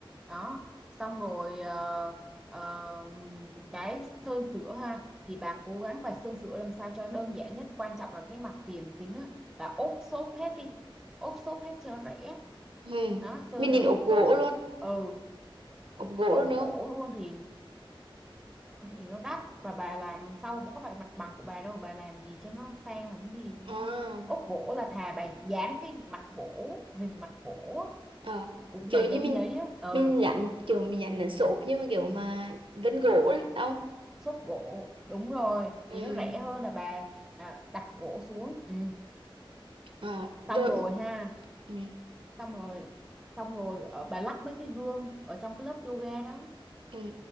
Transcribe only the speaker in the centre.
đó xong rồi ờ, ờ, cái sơn sửa ha thì bà cố gắng bà sơn sửa làm sao cho đơn giản nhất quan trọng là cái mặt tiền kính á bà ốp xốp hết đi ốp xốp hết cho rẻ
đó sơn
rồi ốp
xốp
ừ
ốp
gỗ luôn thì thì nó đắt và bà làm sau có phải mặt bằng của bà đâu bà làm gì cho nó sang làm cái gì đúng
không ốp gỗ là thà bà dán cái mặt gỗ hình mặt gỗ
á, cũng
là dán
giấy á ừ
xốp gỗ đúng rồi
thì nó rẻ hơn là bà à, đặt gỗ xuống ừ.
xong
rồi ha
xong rồi xong rồi ở, bà lắp mấy cái gương ở trong cái lớp yoga đó